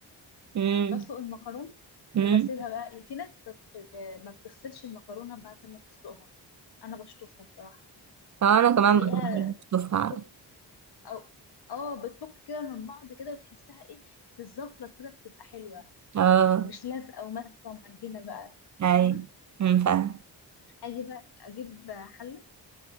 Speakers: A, on the right; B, on the left.
A: مم،
B: بسلق المكرونة
A: مم.
B: وبسيبها بقى إيه، في ناس بت... ب... ب... ما بتغسلش المكرونة بعد ما تسلقها أنا بشطفها بصراحة
A: اه انا كمان
B: بلاقيها
A: برضه بحب اشوفها
B: بتفك
A: على
B: أو اه بتفك كده من بعض كده وتحسها ايه بتتزفرط كده بتبقى حلوة
A: اه
B: مش لازقة وماسكة ومعجنة بقى
A: اي
B: فاهمة
A: مم، فاهم
B: أجي بقى أجيب حلة